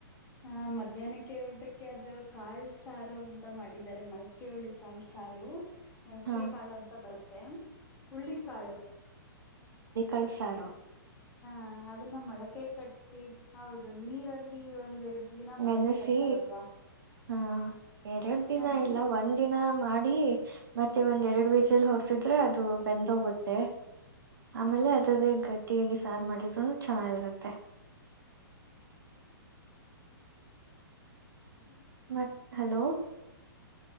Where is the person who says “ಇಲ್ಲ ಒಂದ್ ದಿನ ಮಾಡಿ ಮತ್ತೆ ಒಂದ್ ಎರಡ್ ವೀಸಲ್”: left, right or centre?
Right